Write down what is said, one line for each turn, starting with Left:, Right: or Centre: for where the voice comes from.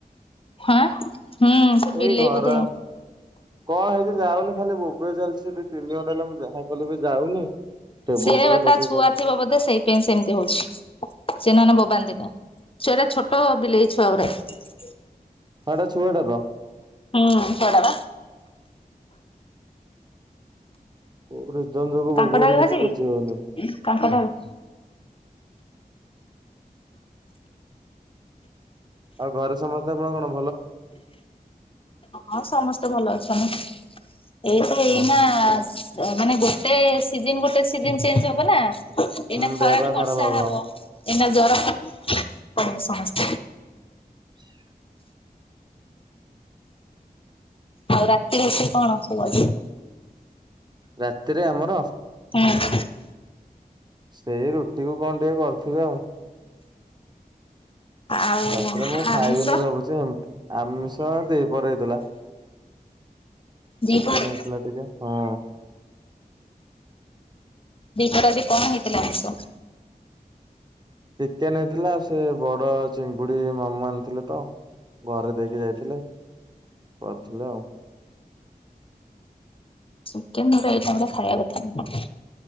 Left: ହଁ ହୁଁ ସେ
Right: ଏଇ
Left: ବିଲେଇ
Right: ଘର
Left: ବୋଧେ
Right: କଣ ହେଇଚି ଯାଉନି ଖାଲି ବୋବେ ଚାଲିଛି ଦି ତିନି ଘଣ୍ଟା ହେଲେ ମୁଁ ଯାହା କଲେ ବି ଯାଉନି। ଟେବୁଲ
Left: ସେ
Right: ତଳେ
Left: ତା
Right: ବସିକି
Left: ଛୁଆ
Right: ହଁ
Left: ଥିବ ବୋଧେ ସେଇ ପାଇଁ ସେମିତି ହଉଛି ସେ ନହେଲେ ବୋବାନ୍ତିିନି। ଛୁଆଟା ଛୋଟ ବିଲେଇ ଛୁଆ ଗୁରାକ।
Right: ହଁଟା ଛୁଆଟା ତ।
Left: ହୁଁ ଛୁଆ ଟା ପା।
Right: କୋଉ
Left: କାଙ୍କଡାଳୁ
Right: <inaudible> କିଛି
Left: ଭାଜିବି
Right: ବୁଝି ହଉନି।
Left: <inaudible>
Right: ଆଉ ଘରେ ସମସ୍ତେ <inaudible>
Left: ହଁ ସମସ୍ତେ ଭଲ ଅଛନ୍ତି। ଏଇତ ଏଇନା
Right: ହଁ
Left: ମାନେ ଗୋଟେ ସିଜନ ଗୋଟେ ସିଜନ ଚେଞ୍ଜ ହବ ନା ଏଇନା
Right: ହୁଁ ଦେହ
Left: ଖରାରୁ
Right: ପା ଖରାପ
Left: ବର୍ଷା ହବ
Right: ଆଉ।
Left: ଏଇନା ଜର ହବ ସମସ୍ତେ।
Right: <inaudible>
Left: ଆଉ ରାତିରେ ସେ କଣ ସବୁ
Right: ରାତିରେ ଆମର
Left: ହୁଁ।
Right: ସେଇ ରୁଟି କୁ କଣ ଟିକେ କରୁଥିବେ ଆଉ
Left: ଆଉ
Right: ରାତିରେ ମୁଁ ଖାଇବିନି
Left: ଆମିଷ
Right: ଭାବୁଛି ଆମିଷ ଦିପହରେ ହେଇଥିଲା।
Left: ଦିପହରେ
Right: ଚିକେନ ହେଇଥିଲା ଟିକେ ହଁ
Left: ଦୀପରାଜି କଣ ହେଇଥିଲା ଆମଷ
Right: ଚିକେନ ହେଇଥିଲା ସେ ବଡ ଚିଙ୍ଗୁଡ଼ି ମାମୁ ଆଣିଥିଲେ ତ ଘରେ ଦେଇକି ଯାଇଥିଲେ କରିଥିଲେ ଆଉ
Left: ଚିକେନ ଗୋଟେଇଟ ଖାଇବା କଥାଁ